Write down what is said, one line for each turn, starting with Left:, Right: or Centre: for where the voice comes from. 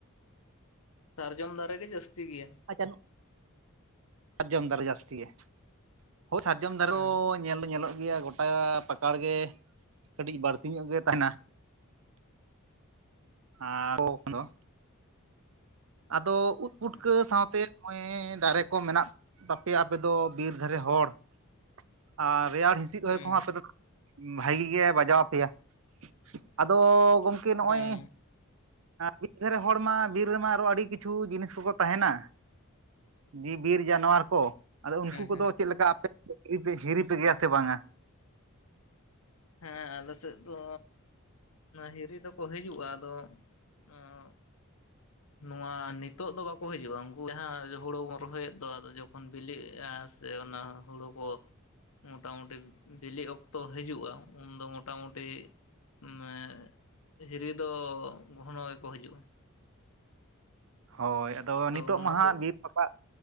Left: ᱥᱟᱨᱡᱚᱢ ᱫᱟᱨᱮ ᱜᱮ ᱡᱟᱹᱥᱛᱤ ᱜᱮᱭᱟ᱾
Right: ᱟᱪᱪᱷᱟ ᱥᱟᱨᱡᱚᱢ ᱫᱟᱨᱮ ᱡᱟᱹᱥᱛᱤ ᱜᱮ, ᱦᱳᱭ ᱥᱟᱨᱡᱚᱢ ᱫᱟᱨᱮ
Left: ᱦᱮᱸ
Right: ᱫᱚ ᱧᱮᱞ ᱫᱚ ᱧᱮᱞᱚᱜ ᱜᱮᱭᱟ ᱜᱚᱴᱟ ᱯᱟᱠᱟᱲ ᱜᱮ ᱠᱟᱹᱴᱤᱡ ᱵᱟᱹᱲᱛᱤ ᱧᱚᱜ ᱜᱮ ᱛᱟᱦᱮᱱᱟ᱾ ᱟᱸᱻ <unintelligible> ᱟᱫᱚ ᱩᱫ ᱯᱩᱴᱠᱟᱹ
Left: ᱦᱮᱸ
Right: ᱥᱟᱶᱛᱮ ᱚᱸᱭᱮ ᱫᱟᱨᱮ ᱠᱚ ᱢᱮᱱᱟᱜ ᱛᱟᱯᱮᱭᱟ ᱟᱯᱮ ᱫᱚ ᱵᱤᱨ ᱫᱷᱟᱨᱮ ᱦᱚᱲ ᱾ ᱟᱨ ᱨᱮᱭᱟᱲ ᱦᱤᱸᱥᱤᱫ <inaudible>
Left: ᱦᱮᱸ
Right: ᱠᱚᱦᱚᱸ ᱟᱯᱮ ᱫᱚ ᱵᱷᱟᱹᱜᱤ ᱜᱮ ᱵᱟᱡᱟᱣ ᱟᱯᱮᱭᱟ ᱾ ᱟᱫᱚ ᱜᱚᱝᱠᱮ ᱱᱚᱜᱼᱚᱭ
Left: ᱦᱮᱸ
Right: ᱵᱤᱨ ᱫᱷᱟᱨᱮ ᱦᱚᱲ ᱢᱟ ᱵᱤᱨ ᱨᱮᱢᱟ ᱟᱨᱚ ᱟᱹᱰᱤ ᱠᱤᱪᱷᱩ ᱡᱤᱱᱤᱥ ᱠᱚᱠᱚ ᱛᱟᱦᱮᱱᱟ ᱡᱤ ᱵᱤᱨ ᱡᱟᱱᱣᱟᱨ ᱠᱚ ᱾ ᱟᱫᱚ ᱩᱱᱠᱩ ᱠᱚᱫᱚ
Left: ᱦᱮᱸ
Right: ᱪᱮᱫ ᱞᱮᱠᱟ ᱟᱯᱮ <inaudible> ᱦᱤᱨᱤ ᱯᱮ ᱦᱤᱨᱤ ᱯᱮ ᱜᱮᱭᱟ ᱥᱮ ᱵᱟᱝᱟ?
Left: ᱦᱮᱸ ᱟᱞᱮ ᱥᱮᱫ ᱫᱚ ᱦᱤᱨᱤ ᱫᱚᱠᱚ ᱦᱤᱡᱩᱜᱼᱟ, ᱟᱫᱚ ᱱᱚᱣᱟ ᱱᱚᱣᱟ ᱱᱤᱛᱳᱜ ᱫᱚ ᱵᱟᱠᱚ ᱦᱤᱡᱩᱜᱼᱟ ᱩᱱᱠᱩ ᱡᱟᱦᱟᱸ ᱦᱳᱲᱳ ᱵᱚᱱ ᱨᱚᱦᱚᱭᱮᱫ ᱫᱚ ᱟᱫᱚ ᱡᱚᱠᱷᱚᱱ ᱵᱤᱞᱤᱜᱼᱟ ᱥᱮ ᱚᱱᱟ ᱦᱳᱲᱳ ᱠᱚ ᱾ ᱢᱚᱴᱟᱢᱚᱴᱤ ᱵᱮᱞᱮᱜ ᱚᱠᱛᱚ ᱦᱤᱡᱩᱜᱼᱟ ᱩᱱᱫᱚ ᱢᱚᱴᱟᱢᱩᱴᱤ ᱢᱮᱸ ᱦᱤᱨᱤ ᱫᱚ ᱜᱷᱚᱱᱚ ᱜᱮᱠᱚ ᱦᱤᱡᱩᱜᱼᱟ ᱾
Right: ᱦᱳᱭ ᱟᱫᱚ ᱱᱤᱛᱚᱜ
Left: ᱩᱱ
Right: ᱢᱟ
Left: ᱦᱚᱸᱠᱚ
Right: ᱦᱟᱸᱜ ᱵᱤᱨ ᱯᱟᱯᱟ